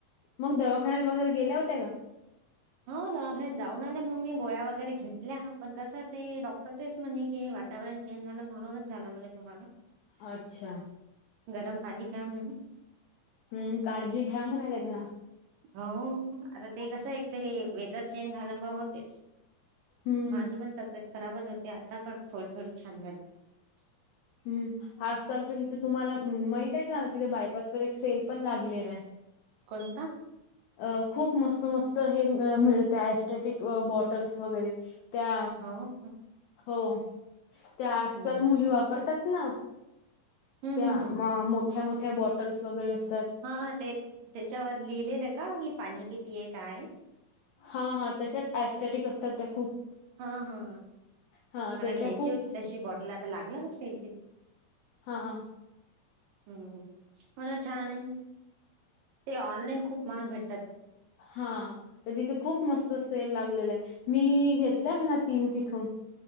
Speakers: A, on the left; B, on the right.
A: मग दवाखान्यात वगैरे गेल्या होत्या का
B: हो द जाऊन आल्या मम् ममी गोळ्या वगैरे घेतल्या पण कस ते डॉक्टर ते म्हणे की हे वातावरण चेंज झालं म्हणूनच झाला म्हणे तुम्हाला
A: अच्छा
B: गरम पाणी प्या म्हणे
A: हम्म काळजी घ्या म्हणा त्यांना
B: हो आता ते कसं एक तर हे वेदर चेंज झाल्यामुळे होतेच
A: हं,
B: माझी पण तब्येत खराबच होती आता पण थोडी थोडी छान <inaudible> गली
A: हम्म आजकाल तर तिथे तुम्हाला -माहित आहे का तिथे बायपास व एक सेल पण लागले हाय
B: कोणता
A: अ-खूप मस्त मस्त हे मि-मिळते ॲस्टेटिक बॉटल्स वगैरे त्या
B: हो का
A: हो त्या आजकाल
B: हम्म
A: मुली वापरतात ना
B: हम्म
A: त्या
B: हम्म हम्म
A: -मोठ्या मोठ्या बॉटल्स वगैरे अस
B: हा ते-तेच्यावर लिहिलेलं का की पाणी कितीय काय
A: हा हा तशाच ॲस्टॅटिक असतात त्या खूप
B: हा हा
A: हां,
B: मला
A: त्याच्या
B: घ्यायची
A: खूप
B: होती तशी बॉटल आता लागल सेल तिथे
A: हा
B: हम् मणा छान आहे ते ऑनलाईन खूप महाग भेट
A: हा तर तिथे खूप मस्त सेल लागलेलं आहे मी- घेत तल्या म तीन तिथून